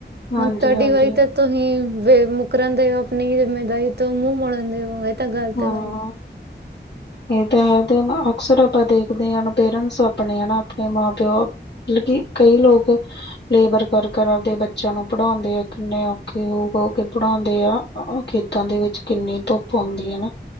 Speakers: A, on the left; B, on the right.
A: ਹਾਂਜੀ
B: ਹੁਣ ਤੁਹਾਡੀ
A: ਹਾਂਜੀ
B: ਵਾਰੀ ਤਾਂ ਤੁਹੀਂ ਮੁਕਰਨ ਦੇ ਹੋ ਆਪਣੀ ਜਿੰਮੇਦਾਰੀ ਤੋਂ ਮੂੰਹ ਮੜਨ ਦੇ ਹੋ। ਤਾਂ ਗਲਤ
A: ਹਾਂ
B: ਗੱਲ ਆ।
A: ਇਹ ਤਾਂ ਹੈ ਤੇ ਹੁਨ ਅਕਸਰ ਆਪਾਂ ਦੇਖਦੇ ਆਂ, ਪੇਰੈਂਟਸ ਆਪਣੇ ਆ ਨਾ ਆਪਣੇ ਮਾਂ ਪਿਓ ਮਤਲਬ ਕਿ ਕਈ ਲੋਗ ਲੇਬਰ ਕਰ-ਕਰ ਆਵਦੇ ਬੱਚਿਆਂ ਨੂੰ ਪੜ੍ਹਾਉਂਦੇ ਆ, ਕਿੰਨੇ ਔਖੇ ਹੋ-ਹੋ ਕੇ ਪੜ੍ਹਾਉਂਦੇ ਆ। ਖੇ ਤਾਂ ਦੇ ਵਿੱਚ ਕਿੰਨੀ ਧੁੱਪ ਆਉਂਦੀ ਹੈ।